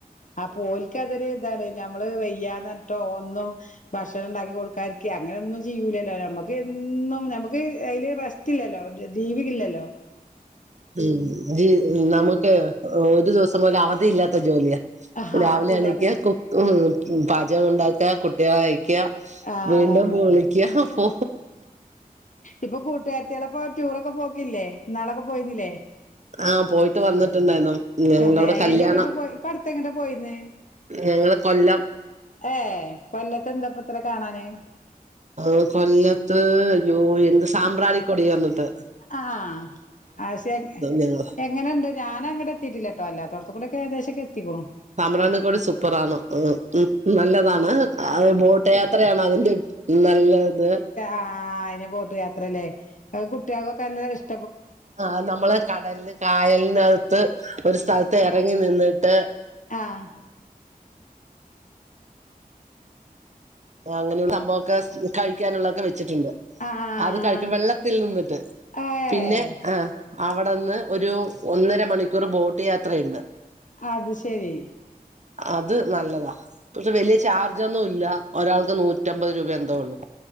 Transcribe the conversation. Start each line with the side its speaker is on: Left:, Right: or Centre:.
Left: അപ്പൊ ഓൽക്ക് അതൊരു എന്താണ് നമ്മള് വയ്യാന്നിട്ടോ ഒന്നും ഭക്ഷണം ഉണ്ടാക്കി കൊടുക്കാരിക്ക അങ്ങനെ ഒന്നും ചെയ്യൂലല്ലോ നമ്മുക്ക് ഒന്നും നമ്മക്ക് അതില് റെസ്റ്റ് ഇല്ലല്ലോ ദീപിക്കില്ലല്ലോ
Right: ഉ ത് ന്നമുക്ക് ഒരു ദിവസം പോലും അവധി ഇല്ലാത്ത ജോലിയാ
Left: ആഹാ
Right: രാവിലെ
Left: അതില്ലാത്ത
Right: എണീക്ക
Left: സ്
Right: കുക്കും പാചകം ഉണ്ടാക്കാ കുട്ട്യേളയ് ക്ക്യാ
Left: ആഹ്
Right: വീണ്ടും
Left: അന്നെ
Right: വുളിക്ക്യാ ഫോ
Left: ഇപ്പൊ കൂട്ടുകാര്ത്തിയോളപ്പം ടൂറൊക്കെ പോക്കില്ലേ ഇന്നാളൊക്കെ പോയിന്നില്ലേ
Right: ആഹ പോയിട്ട് വന്നിട്ടുണ്ടായ്ന്നു ഞങ്ങൾടവടെ
Left: തന്നെ
Right: കല്യാണം
Left: എങ്ങട്ടാ ഇപ്പൊ പോയി ഇപ്പ അടുത്ത് എങ്ങട്ടാ പോയിന്ന്
Right: ഞങ്ങള് കൊല്ലം
Left: ഏ കൊല്ലത്തെ എന്താപ്പ ഇത്ര കാണാന്
Right: ആ കൊല്ലത്ത് യോ എന്ത് സാമ്പ്രാണിക്കൊടി പർണ് ട്ട്
Left: ആഹ ആശെനിയ
Right: ഞങ്ങള്
Left: എങ്ങന്ണ്ട് ഞാന ങ്ങട് എത്തിട്ടില്ലട്ടോ അല്ലാത്തോട്ത്തു ക്കുടെ ഏഗദേശക്കെത്തിക്കുണു
Right: സാമ്രാണി കൂടി സൂപ്പറാന്നു ഉ ഉ നല്ലതാണ് അതെ ബോട്ട്യാത്രയാണ് അതിന്റെ നല്ലത്
Left: ആഹ അയ്ന് ബോട്ട് യാത്രയാല്ലേ കുട്ട്യേളൊക്കെ നല്ല ഇഷ്
Right: ആഹ നമ്മള് കടല് കായലിനകത്ത് ഒരു സ്ഥലത്ത് ഇറങ്ങി നിന്നിട്ട്
Left: ആഹ
Right: അങ്ങനെയുള്ള സംഭവം ഒക്കെ കഴിക്കാനുള്ളോക്കെ വെച്ച് ച്ചിട്ട്ണ്ട്
Left: ആഹ്
Right: അത് കഴിക്കും വെള്ളത്തിൽ നിന്നിട്ട്
Left: ഏഹ്
Right: പിന്നെ ആ അവടെന്ന് ഒരു ഒന്നര മണിക്കൂറ് ബോട്ട് യാത്രയ്ണ്ട്
Left: അത് ശരി
Right: അത് നല്ലതാ പക്ഷെ വെല്യേ ചാർജൊന്നും ഇല്ല ഒരാൾക്ക് നൂറ്റമ്പത് രൂപ എന്തോ ഒള്ളൂ